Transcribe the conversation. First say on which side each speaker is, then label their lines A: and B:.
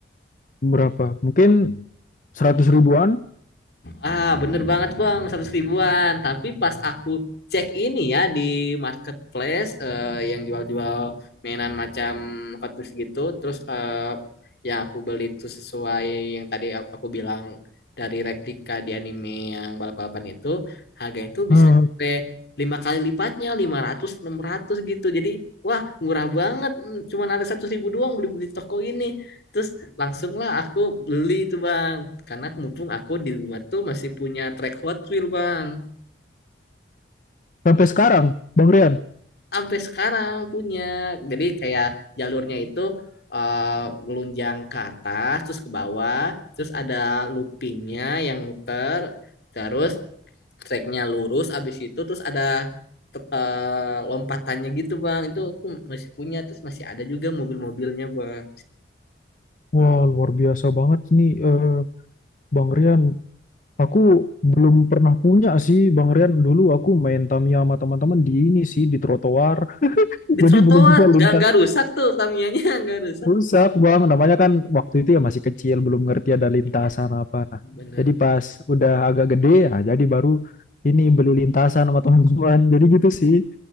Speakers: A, on the left; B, on the left.
A: berapa? Mungkin 100 ribuan
B: Ah, bener banget Bang, 100 ribuan. Tapi pas aku cek ini ya di marketplace eh, yang jual-jual mainan macam kardus gitu, terus eh, yang aku beli itu sesuai yang tadi a- aku bilang dari replika di anime yang balap-balapan itu, harganya itu
A: eh,
B: bisa sampai lima kali lipatnya, lima ratus enam ratus gitu. Jadi, wah murah banget, Hmm, cuma ada 100 ribu doang beli-beli toko ini. Terus langsunglah aku beli itu bang, karena mumpung aku di rumah tuh masih punya track Hot Wheel bang,
A: sampai sekarang Bang Rian.
B: sampai sekarang punya. Jadi kayak jalurnya itu eh, melunjang ke atas, terus ke bawah, terus ada loopingnya yang muter, terus tracknya lurus, abis itu terus ada te- eh, lompatannya gitu bang. Itu aku masih punya, terus masih ada juga mobil-mobilnya bang.
A: wah luar biasa banget nih eh, Bang Rian. Aku belum pernah punya sih Bang Rian. Dulu aku main Tamiya sama teman-teman di ini sih di trotoar. <laughs>
B: Di
A: Jadi
B: trotoar,
A: belum bisa lintas
B: nggak nggak rusak tuh Tamiya-nya <laughs> nggak rusak.
A: Rusak bang, namanya kan waktu itu ya masih kecil, belum ngerti ada lintasan
B: Iya.
A: apa. Nah,
B: Benar.
A: jadi pas udah agak gede ya, jadi baru ini beli lintasan sama teman-teman. Jadi gitu sih.